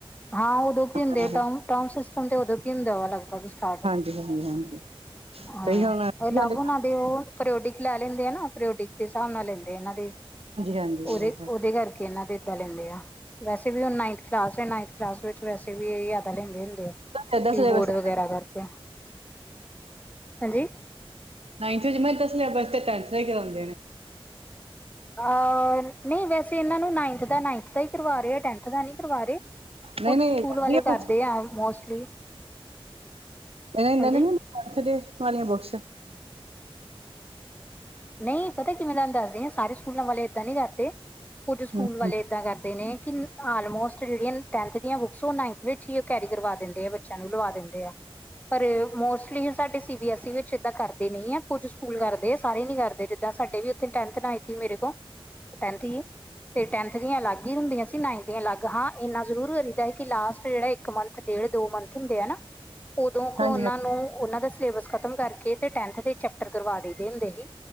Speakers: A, on the left; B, on the right.
A: ਹਾਂ ਉਦੋਂ ਕੀ ਹੁੰਦੇ
B: ਹਾਂਜੀ
A: ਟਰਮ ਟਰਮ ਸਿਸਟਮ ਤੇ ਉਦੋਂ ਕੀ ਹੁੰਦੇ ਵਾ ਲਗਭਗ ਸਟਾਰਟ।
B: ਹਾਂਜੀ, ਹਾਂਜੀ।
A: ਹਾਂ
B: ਤੁਸੀਂ ਹੁਣ ਹਾਂਜੀ
A: ਇਹ ਲਵ ਉਹਨਾਂ ਦੇ ਉਹ ਪ੍ਰਿਓਡਿਕ ਲੈ ਲੈਂਦੇ ਆ ਨਾ ਪ੍ਰਿਓਡਿਕ ਦੇ ਹਿਸਾਬ ਨਾਲ ਲੈਂਦੇ ਆ ਇਹਨਾਂ ਦੇ
B: ਹਾਂਜੀ
A: ਉਹਦੇ,
B: ਉਹ
A: ਉਹਦੇ ਕਰਕੇ ਇਹਨਾਂ ਦੇ ਲੈ ਲੈਂਦੇ ਆ, ਵੈਸੇ ਵੀ ਓ ਨਾਈਨਥ ਕਲਾਸ ਏ, ਨਾਈਨਥ ਕਲਾਸ ਵਿੱਚ ਵੈਸੇ ਵੀ ਪਰ ਲੈਂਦੇ ਹੁੰਦੇ ਆ
B: ਏਦਾਂ
A: ਕੀ
B: ਸਿਲੇਬਸ
A: ਬੋਰਡ ਵਗੈਰਾ ਕਰਕੇ ਹਾਂਜੀ।
B: ਨਾਈਨਥ ਚ ਮੈਂ ਤਾਂ ਸਿਲੇਬਸ ਤੇ ਟੈਂਥ ਦਾ ਹੀ ਕਰਾਉਂਦੇ ਨੇ।
A: ਅ ਨਹੀਂ ਵੈਸੇ ਇਹਨਾਂ ਨੂੰ ਨਾਈਨਥ ਦਾ ਨਾਈਨਥ ਦਾ ਹੀ ਕਰਵਾ ਰਏ ਆ, ਟੈਨਥ ਦਾ ਨਈ ਕਰਵਾ ਰੇ।
B: ਨਹੀਂ
A: ਕੁਝ
B: ਨਹੀਂ
A: ਸਕੂਲ
B: ਵਧੀਆ
A: ਵਾਲੇ ਕਰਦੇ
B: ਬੁੱਕਸ
A: ਆ ਮੋਸਟਲੀ
B: ਇਹ ਇਹਨਾਂ
A: ਹਾਂਜੀ
B: ਨੇ ਵਾਲਿਆਂ ਬੁਕਸ
A: ਨਈ ਪਤਾ ਕਿਵੇਂ ਤੁਆਨੂੰ ਦੱਸਦੀ ਆ ਸਾਰੇ ਸਕੂਲਾਂ ਵਾਲੇ ਏਦਾਂ ਨੀ ਕਰਦੇ, ਕੁੱਝ
B: ਹੂੰ
A: ਸਕੂਲ ਵਾਲੇ
B: ਹੂੰ
A: ਏਦਾ ਕਰਦੇ ਨੇ ਕਿ ਆਲਮੋਸਟ ਜਿਹੜੀਆਂ ਟੈਨਥ ਦੀਆਂ ਬੁੱਕਸ ਉਹ ਨਾਈਨਥ ਵਿੱਚ ਹੀ ਉਹ ਕੈਰੀ ਕਰਵਾ ਦਿੰਦੇ ਆ ਬ ਬੱਚਿਆਂ ਨੂੰ ਲਵਾ ਦਿੰਦੇ ਆ ਪਰ ਮੋਸਟਲੀ ਹੀ ਸਾਡੇ ਸੀ ਬੀ ਐਸ ਈ ਵਿੱਚ ਦਾਂ ਕਰਦੇ ਨਈ ਐ ਕੁੱਝ ਸਕੂਲ ਕਰਦੇ ਆ ਸਾਰੇ ਨੀ ਕਰਦੇ ਜਿੱਦਾਂ ਸਾਡੇ ਵੀ ਉੱਥੇ ਟੈਨਥ ਨਾਈਥ ਈ ਮੇਰੇ ਕੋਲ। ਤੇ ਟੈਂਥ ਹੀ, ਤੇ ਟੈਂਥ ਦੀਆਂ ਅਲਗ ਦੀ ਹੁੰਦੀਆਂ ਸੀ ਨਾਈਨਥ ਦੀਆ ਅਲੱਗ। ਹਾਂ, ਇੰਨਾ ਜ਼ਰੂਰ ਲਗਦੈ ਕਿ ਲਾਸਟ ਜੇੜਾ ਇੱਕ ਮੰਥ, ਡੇਢ-ਦੋ ਮੰਥ ਹੁੰਦੇ ਆ ਨਾ ਔਦੋਂ ਕੋ
B: ਹਾਂਜੀ
A: ਔਨਾਂ
B: ਹਾਂਜੀ
A: ਨੂੰ ਔਨਾਂ ਦੇ ਸਿਲੇਬਸ ਖਤਮ ਕਰਕੇ ਤੇ ਟੈਂਥ ਦੇ ਚੈਪਟਰ ਕਰਵਾ ਦੇਈ ਦੇ ਹੁੰਦੇ ਸੀ।